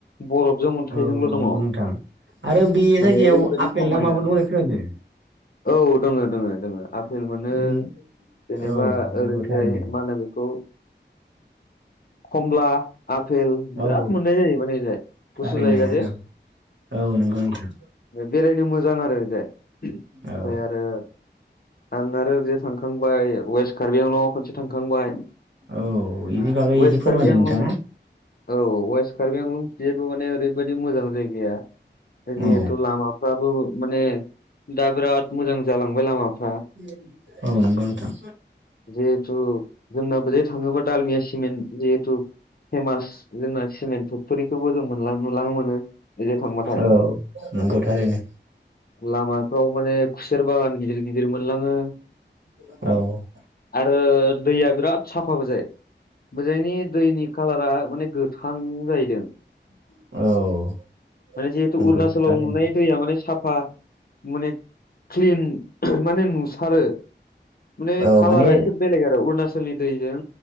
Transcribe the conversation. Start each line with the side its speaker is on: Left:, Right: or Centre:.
Left: बरफजों अन्थायजोंल'
Right: औ
Left: दङ
Right: नंगौ नोंथां आरो बे
Left: माने
Right: जायगायाव
Left: ओरैबायदि
Right: आफेल
Left: समायना
Right: ना माबाबो दंलाय खोनादों
Left: औ दोङो- दङो- दोङो आफेल मोनो
Right: नों
Left: जेनेबा
Right: औ
Left: ओरैजाय
Right: नंगौ थारैनो
Left: मा होनो बेखौ खमला आफपेल
Right: औ
Left: बिराद मोननाय जायो माने जाय गुसु
Right: थारैनो
Left: जायगा
Right: औ
Left: जे
Right: औ नंगौ नोंथां
Left: बेरायनो मोजां आरो दे ओमफ्राय
Right: औ
Left: आरो आं आरो ओरै थांखांबाय वेस्ट कार्बि आंल' खनसे थांखांबाय।
Right: औ बेनि बागै एसे
Left: वेस्ट
Right: फोरमायदो
Left: कार्बि आंलं
Right: नोंथाङा।
Left: औ वेस्ट कार्बि आलंबो माने ओरैबायदि मोजां जायगाया जिहेथु
Right: औ
Left: लामा दाबो माने दा बिराद मोजां जालांबाय लामाफ
Right: <inaudible> औ नंगौ नोंथां।
Left: जिहेथु जोंना बोजाय थाङोबा दालमयास सिमेन्ट जिहेतु फेमास जोंना सिमेन्ट फेक्ट'रिखौबो जों नुलानो मोनो ओजाय थांबाथाय
Right: औ नंगौथारैनो
Left: लामाफ्राव माने खुसेर बागान गिदिर गिदिर मोनलाङो
Right: औ
Left: आरो दैया बिराद साफाबो ओरजाय मोजाङनि दैनि खाालारा माने गोथां जाहैदों
Right: औ
Left: माने जेहेथु
Right: नंगौ
Left: अरुणचलाव
Right: थारैनो
Left: नुनाय दैया माने साफा माने क्लिन माने नुसारो। नै
Right: औ
Left: कालारा
Right: माने
Left: एसे बेलेग आरो अरुणाचलनि दैजों